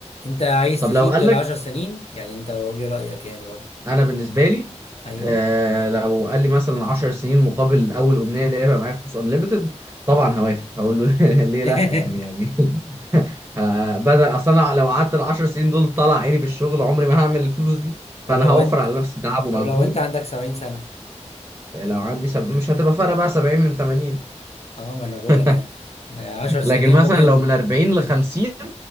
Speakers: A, on the left (about 60°); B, on the right (about 20°).
A: انت عايز
B: طب
A: تزيد
B: لو قال
A: ال
B: لك
A: 10 سنين يعني انت قول لي رأيك يعني برضه
B: انا بالنسبة لي
A: ايوه
B: آه لو قال لي مثلا 10 سنين مقابل اول امنية اللي هيبقى معايا فلوس انليمتد طبعا هوافق هقول له <laughs> ليه
A: <laughs>
B: لا يعني يعني <laughs> ه- بدل اصلا أنا لو قعدت ال 10 سنين دول طلع عيني في الشغل عمري ما هعمل الفلوس دي فانا
A: طب لو
B: هوفر
A: انت
B: على نفسي تعب ومجهود
A: طب لو انت عندك 70 سنة
B: لو عندي سب... مش هتبقى فرق بقى 70 من 80
A: اه ما انا بقول
B: <laughs>
A: لك يعني آه، 10 سنين
B: لكن مثلا
A: ممكن
B: لو من 40
A: <laughs>
B: ل 50